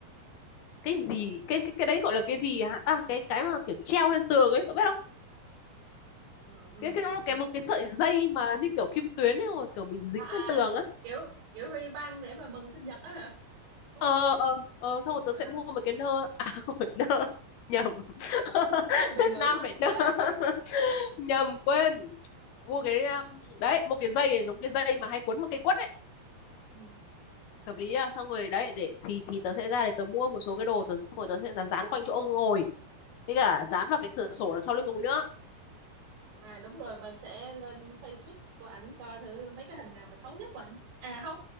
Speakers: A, on the left; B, on the right.
A: cái gì cái cái, cái đấy gọi là cái gì hả ta cái cái mà kiểu treo lên tường ấy cậu biết không
B: ừ. ừ.
A: cái cái một cái một cái sợi dây mà như kiểu kim tuyến ấy rồi kiểu mình dính
B: à, à
A: lên tường á
B: kiểu kiểu ri băng để mà mừng sinh nhật á hả đúng
A: ờ
B: không
A: ờ ờ xong rồi tớ
B: à,
A: sẽ mua
B: à.
A: một cái nơ à <laughs> không phải nơ nhầm <laughs>
B: rất là
A: sếp
B: về nữ
A: nam
B: tính
A: lại nơ
B: quá
A: <laughs> nhầm quên mua cái um, đấy mua cái dây giống cái dây mà hay quấn vào cây quất ấy
B: ừ.
A: hợp lý à xong rồi đấy để thì thì tớ sẽ ra để tớ mua một số cái đồ tớ xong rồi tớ sẽ dán dán quanh chỗ ông ngồi với cả dán vào cái cửa sổ đằng sau lưng ông ấy nữa
B: à đúng rồi mình sẽ lên Facebook của ảnh coi thử mấy cái hình nào mà xấu nhất của ảnh à không